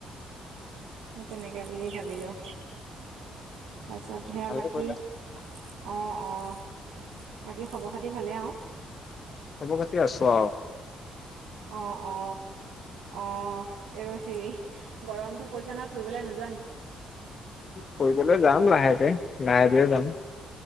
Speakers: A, on the right (about 65°); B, on the left (about 45°).
A: সেই তেনেকে বুলি ভাবিলোঁ। তাৰপিছত সেয়া
B: ভালে
A: বাকী,
B: কৰিলা
A: অ অঁ। বাকী খবৰ খাতি ভালেই আৰু?
B: খবৰ খাতি আছো আৰু।
A: অ অ। অ এই হেৰি গৰমতটো পৰিছে নহয় ফুৰিবলৈ নোযোৱা নেকি?
B: ফুৰিবলৈ যাম লাহেকে লাহে ধীৰে যাম।